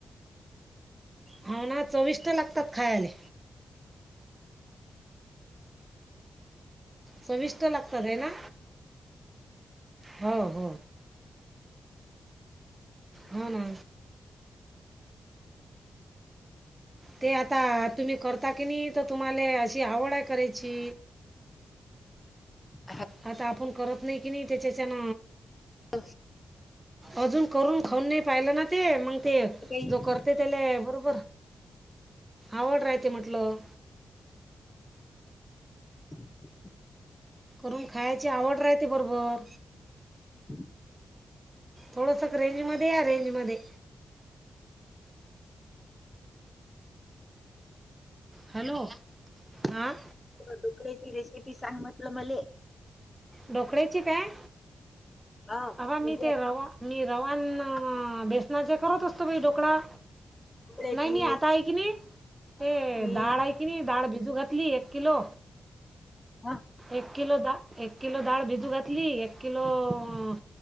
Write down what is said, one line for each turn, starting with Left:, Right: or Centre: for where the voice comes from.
Right: हा ना चविष्ट लागतात खायले. चविष्ट लागतात है ना हो हो. हो ना. ते आता तुम्ही करता की नाही तर तुम्हाला अशी आवड आहे करायची.
Left: <unintelligible>
Right: आता आपण करत नाही कि नाही त्याच्याच्यान
Left: अस
Right: अजून करून खाऊन नाही पाहिलं ना ते मग ते
Left: काही
Right: जो करते त्याले बरोबर आवड राहते म्हटलं.
Left: <inaudible>
Right: करून खायची आवड राहते बरोबर.
Left: <inaudible>
Right: थोडंसं क रेंजमध्ये या रेंजमध्ये. हॅलो आं.
Left: तुला ढोकळेची रेसिपी सांग म्हटलं मले.
Right: ढोकळ्याची काय
Left: अ
Right: अवा मी
Left: म्हणजे
Right: ते रवा मी रवानं, बेसनाचे करत असतो बाई ढोकळा.
Left: ढोकळ्याची
Right: नाही मी आता आहे क नाही ते
Left: रेसिपी
Right: डाळ आहे की नी डाळ भिजू घातली एक किलो
Left: ह
Right: एक किलो दा एक किलो डाळ भिजू घातली एक किलो अ